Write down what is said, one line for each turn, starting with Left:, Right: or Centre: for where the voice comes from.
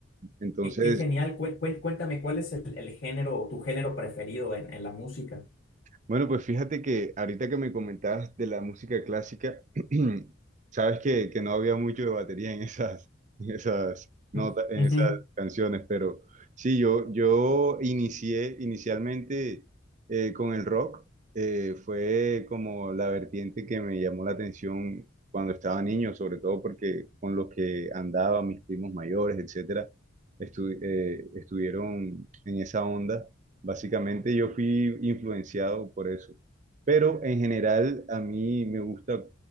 Right: Entonces,
Left: Qué, qué genial. Cué- cué- Cuéntame, ¿cuál es el, el género, tu género preferido en, en la música?
Right: Bueno, pues fíjate que ahorita que me comentabas de la música clásica, <clears throat> sabes que, que no había mucho de batería en esas, <laughs> en esas notas,
Left: Mm,
Right: en
Left: ujú.
Right: esas canciones, pero sí, yo, yo inicié inicialmente eh, con el rock, eh, fue como la vertiente que me llamó la atención cuando estaba niño, sobre todo porque con los que andaba, mis primos mayores, etcétera, estu- eh, estuvieron en esa onda. Básicamente yo fui influenciado por eso. Pero en general a mí me gusta